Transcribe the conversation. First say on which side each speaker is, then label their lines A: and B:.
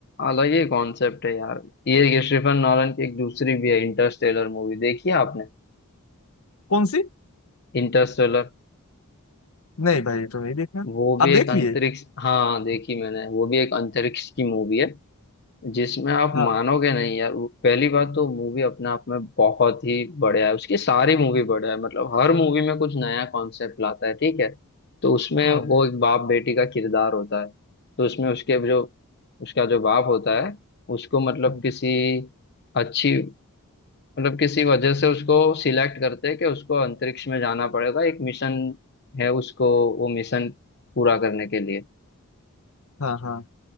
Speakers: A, on the left (about 50°); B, on the left (about 70°).
A: अलग ही कॉन्सेप्ट है यार ये क्रिस्टोफर नॉलन की एक दूसरी भी है इंटरस्टेलर मूवी देखी है आपने
B: कौन सी
A: इंटरस्टेलर
B: नहीं भाई तो नहीं देखा
A: वो भी
B: आप देख
A: एक अंतरिक्ष
B: लिए
A: हाँ देखी मैंने वो भी एक अंतरिक्ष की मूवी है जिसमें आप
B: हाँ।
A: मानोगे नहीं यार वो- पहली बात तो मूवी अपने आप में बहुत ही बढ़िया है उसकी सारी मूवी बढ़िया है मतलब हर मूवी में कुछ नया कॉन्सेप्ट लाता है ठीक है तो उसमें
B: हम्म
A: वो एक बाप बेटी का किरदार होता है तो उसमें उसके जो उसका जो बाप होता है उसको मतलब
B: हम्म,
A: किसी अच्छी मतलब किसी वजह से उसको सिलेक्ट करते हैं कि उसको अंतरिक्ष में जाना पड़ेगा एक मिशन है उसको वो मिशन पूरा करने के लिए
B: हाँ हाँ